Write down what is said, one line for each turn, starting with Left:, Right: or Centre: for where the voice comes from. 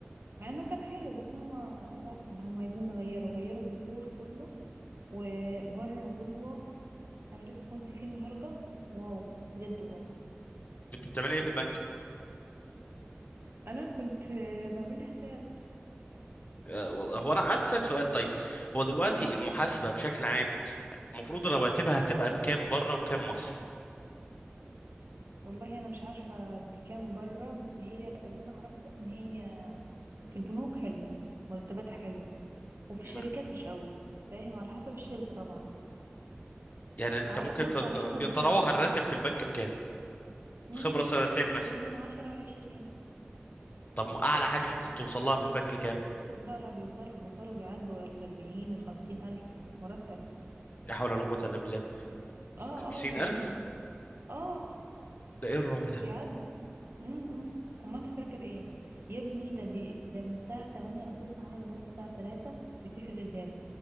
Right: مع انه كان حلو بس هم لا اللي هم عايزين نغيره غيروا الديكور كله وبره وجوه انا لسه كنت فيه النهارده واو بجد واو
Left: كنت بتعمل ايه في البنك
Right: انا كنت آه، بعمل لي حساب
Left: آه والله هو انا عايز اسالك سؤال طيب هو دلوقتي
Right: امم
Left: المحاسبه بشكل عام المفروض رواتبها هتبقى بكام بره وكام مصر
Right: والله انا مش عارفه بكام بره بس هي اللي انا اعرفه ان هي في البنوك حلوه مرتباتها حلوه وفي
Left: نعم.
Right: الشركات مش قوي فاهم على حسب الشركه طبعا
Left: يعني انت
Right: على
Left: ممكن
Right: ح- بص
Left: تت-
Right: على حسب
Left: تتراوح
Right: الخبره
Left: الراتب في البنك بكام
Right: من
Left: خبره
Right: آه،
Left: سنتين مثلا
Right: من عشرة لعشرين
Left: طب اعلى حاجه ممكن توصل لها في البنك كام
Right: لا لا بيوصلوا بيوصلوا بيعدوا الأربعين والخمسين ألف مرتب
Left: لا حول ولا قوه الا بالله
Right: اه
Left: 50000
Right: اه بيعدوا اه
Left: ده ايه الرعب ده
Right: بيعدوا امم امال انت فاكر ايه يا ابني ده بي... ده من الساعة 8 او 9 لغاية الساعة 3 بتقفل الباب